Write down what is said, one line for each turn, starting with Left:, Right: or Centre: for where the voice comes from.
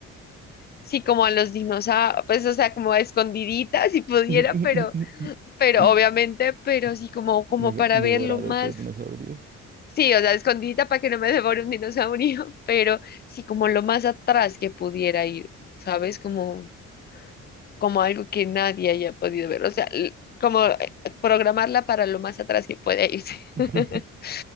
Left: Sí, como a los dinosaurios, pues, o sea, como a escondiditas si pudiera,
Right: <laughs>
Left: pero, pero obviamente, pero sí, como, como
Right: Luego,
Left: para
Right: devorado
Left: verlo más,
Right: por dinosaurios.
Left: sí, o sea, escondidita para que no me devore un dinosaurio, <laughs> pero sí, como lo más atrás que pudiera ir, ¿sabes? Como, como algo que nadie haya podido ver, o sea, l- como eh, programarla para lo más atrás que pueda irse.
Right: <laughs>
Left: <laughs>